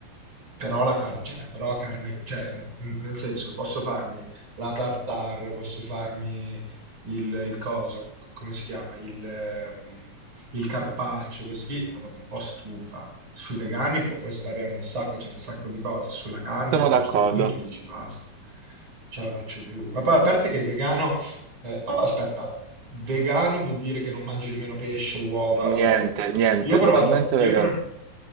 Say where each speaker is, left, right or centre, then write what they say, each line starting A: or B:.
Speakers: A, on the right; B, on the right.
A: però, la car- cioè, però carne, cioè, n- nel senso, posso farmi la tartare, posso farmi il, il coso, c- come si chiama, il, ehm, il carpaccio, così, ma dopo un po' stufa. Sui vegani può poi svariare un sacco, c'è un sacco di cose. Sulla carne
B: sono
A: a un
B: d'accordo.
A: certo punto dici basta, non ce la faccio più. Ma poi a parte che vegano, eh, oh, aspetta, vegano vuol dire che non mangi nemmeno pesce, uova, ok.
B: Niente, niente,
A: Io ho
B: totalmente
A: provato, io
B: vegano.
A: ho prov-